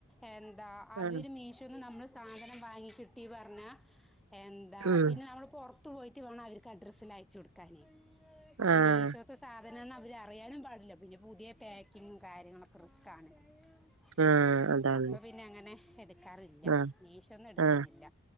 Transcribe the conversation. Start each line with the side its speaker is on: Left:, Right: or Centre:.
Centre: എന്താ അവ്‌ര്
Right: ആഹ്.
Centre: മീഷോന്ന് നമ്മള് സാധനം വാങ്ങിക്കിട്ടീ പറഞ്ഞ എന്താ
Right: ഉം.
Centre: പിന്നെ നമ്മള് പൊറ പോയിട്ട് വേണം അവർക്ക് അഡ്രസ്സെല്ലാം അയച്ചു കൊടുക്കാന് അപ്പൊ
Right: ആഹ്.
Centre: മീഷോ ഇപ്പോ സാധനാന്നും അവർ അറിയാനും പാടില്ല പിന്നെ പുതിയ പാക്കിങ്ങും കാര്യങ്ങളൊക്കെ റിസ്ക്കാണ്
Right: ആഹ്
Centre: ങേ
Right: അതാണ്.
Centre: അപ്പം പിന്നെ അങ്ങനെ എടുക്കാറില്ല
Right: ആഹ്
Centre: മീഷോന്നു എടുക്കുന്നില്ല
Right: ആഹ്.